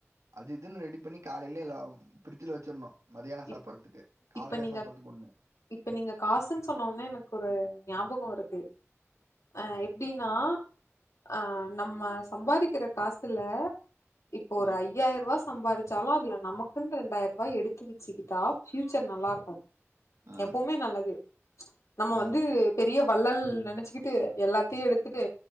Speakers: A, on the right; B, on the left.
A: அது இதுன்னு ரெடி பண்ணி காலையில எல்லா ஃபிரிஜ்ல வச்சிடணு மத்யான சாப்பிட்றதுக்கு
B: இப்
A: காலையில
B: இப்ப நீங்க
A: சாப்பிடடுறதுக்கு ஒண்ணு
B: இப்ப நீங்க காசுன்னு சொன்னோனே எனக்கு ஒரு ஞாபகோ வருது ஆ எப்டின்னா ஆ நம்ம சம்பாதிக்கிற காசுல இப்போ ஒரு
A: ஆ
B: ஐயாயி ரூவா சம்பாரிச்சாலு அதுல நமக்குன்னு ரெண்டாயிரபாய் எடுத் து வச்சுக்கிட்டா பியூச்சர் நல்லாருக்கு
A: ஆ
B: எப்பவுமே நல்லது நம்ம
A: ஆ
B: வந்து பெரிய வள்ளல் நெனைச்சுக்கிட்டு எல்லாத்தையு எடுத்துட்டு